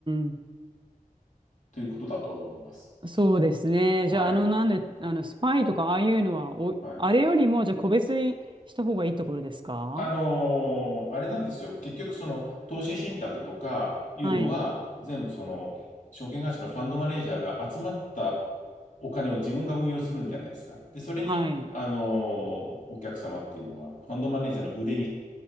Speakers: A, on the right (about 30°); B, on the left (about 55°).
A: ん。
B: ということだとは思います。
A: そうですね。
B: はい。
A: じゃあ、あの、なんで、あの、スパイとかああいうのは、お、
B: はい。
A: あれよりも、じゃあ個別にした方がいいところですか
B: あのーあれなんですよ。結局、その、投資信託とかいうのは、
A: はい。
B: 全部その、証券会社のファンドマネージャーが集まったお金を自分が運用するんじゃないですか。で、それに、
A: はい。
B: あのーお客様っていうのは、ファンドマネージャーの腕に